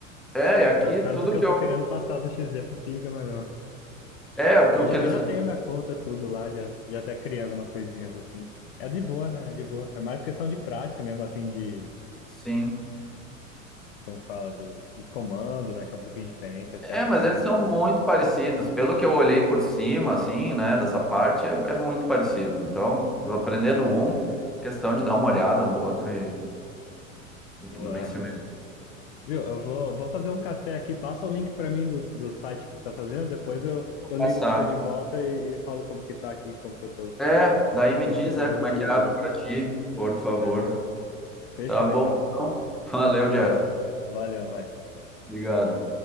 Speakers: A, in the centre; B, on the left.
A: é, e aqui
B: Tá- Tanto
A: tudo
B: que
A: que
B: eu tô
A: eu...
B: querendo passar do XD pro Figma, não.
A: É, o que,
B: Eu
A: o
B: já,
A: que eles
B: eu já
A: dizem,
B: tenho minha conta, tudo lá, já, já até criei algumas coisinhas assim. É de boa, né, é de boa. É mais questão de prática mesmo, assim, de,
A: sim.
B: como fala, do, do comando, né, que é um pouquinho diferente, a ferramenta.
A: É, mas eles são muito parecidos. Pelo que eu olhei por cima, assim, né, dessa parte, é, é muito parecido. Então, aprendendo um, questão de dar uma olhada no outro e é
B: Boa.
A: tudo bem semelhante.
B: é. Viu, eu vou, vou fazer um café aqui, passa o link pra mim do, do site que você tá fazendo, depois eu,
A: Vou
B: eu ligo
A: passar.
B: pra você de volta e, e falo como que tá aqui, como que eu tô.
A: É, daí me
B: como
A: diz,
B: que eu tô
A: é,
B: visualizando.
A: como é que abre pra ti, por favor.
B: É, fechou
A: Tá bom,
B: então.
A: então. Valeu,
B: Boa,
A: Jeff.
B: Léo. Valeu, nós.
A: Obrigado.